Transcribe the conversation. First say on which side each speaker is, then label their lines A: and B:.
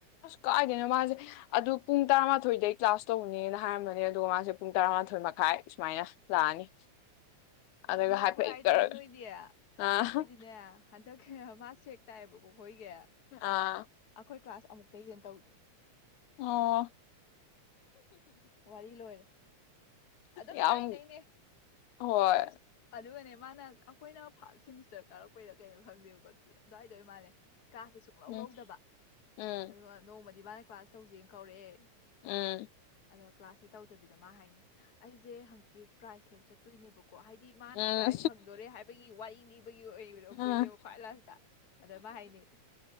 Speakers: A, on the left (about 80°); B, on the left (about 55°).
A: ꯑꯁ ꯀꯥꯏꯗꯣꯏꯅꯣ ꯃꯥꯁꯦ ꯑꯗꯨ ꯄꯨꯡ ꯇꯔꯥꯃꯥꯊꯣꯏꯗꯩ ꯀ꯭ꯂꯥꯁ ꯇꯧꯕꯅꯦꯅ ꯍꯥꯏꯔꯝꯕꯅꯦ ꯑꯗꯨꯒ ꯃꯥꯁꯦ ꯄꯨꯡ ꯇꯔꯥꯃꯥꯊꯣꯏ ꯃꯈꯥꯏ ꯁꯨꯃꯥꯏꯅ ꯂꯥꯛꯑꯅꯤ ꯑꯗꯨꯒ
B: ꯑꯁ ꯂꯥꯛꯄ
A: ꯍꯥꯏꯐꯦꯠ
B: ꯂꯥꯛꯏꯗꯅ
A: ꯇꯧꯔꯒ
B: ꯅꯣꯏꯗꯤ ꯑꯩꯈꯣꯏꯗꯤꯅꯦ
A: ꯑꯥ
B: ꯍꯟꯗꯛ ꯃꯥꯁꯦꯛ ꯇꯥꯏꯕꯣ ꯍꯣꯏꯒ
A: ꯑꯥ
B: ꯑꯩꯈꯣꯏ ꯀ꯭ꯂꯥꯁ ꯑꯃꯨꯛꯇ ꯍꯦꯟꯅ ꯇꯧꯗꯦ
A: ꯑꫭ
B: ꯋꯥꯔꯤ ꯂꯣꯏꯔꯦ ꯑꯗꯨꯝ
A: ꯌꯥꯝ
B: ꯊꯥꯏꯅꯩꯅꯦ
A: ꯍꯣꯏ
B: ꯑꯗꯨꯒꯅꯦ ꯃꯥꯅ ꯑꯩꯈꯣꯏꯅ ꯐꯥꯔ ꯁꯦꯃꯤꯁꯇꯔ ꯀꯥꯔꯛꯄꯩꯔꯥ ꯀꯩꯅꯣ ꯈꯪꯗꯦꯕꯀꯣ ꯑꯗꯨꯋꯥꯏꯗꯧ ꯏꯃꯥꯅꯦ ꯀꯥꯁꯦ ꯁꯨꯡꯂꯧ
A: ꯎꯝ
B: ꯂꯧꯗꯕ
A: ꯎꯝ
B: ꯑꯗꯨꯒ ꯅꯣꯡꯃꯗꯤ ꯗꯤ ꯃꯥꯅ ꯀ꯭ꯂꯥꯁ ꯇꯧꯁꯦꯅ ꯀꯧꯔꯛꯑꯦ
A: ꯎꯝ
B: ꯑꯗꯣ ꯀ꯭ꯂꯥꯁꯁꯦ ꯇꯧꯗꯕꯤꯗ ꯃꯥ ꯍꯥꯏꯅꯤ ꯑꯩꯁꯦ ꯍꯪꯆꯤꯠ ꯄ꯭ꯔꯥꯏꯖ ꯂꯧ ꯆꯠꯇꯣꯏꯅꯦꯕꯀꯣ ꯀꯣ ꯍꯥꯏꯗꯤ ꯃꯥꯅ
A: ꯎꯝ ꯎꯝ
B: ꯄ꯭ꯔꯥꯏꯖ ꯐꯪꯗꯣꯔꯦ ꯍꯥꯏꯕꯒꯤ ꯋꯥꯔꯤ ꯂꯤꯅꯤꯕꯒꯤ ꯑꯣꯏꯔꯣꯝꯗꯣꯏꯅꯦꯕ
A: ꯎꯝ
B: ꯈ꯭ꯋꯥꯏ ꯂꯁꯤꯗ ꯑꯗ ꯃꯥ ꯍꯥꯏꯅꯤ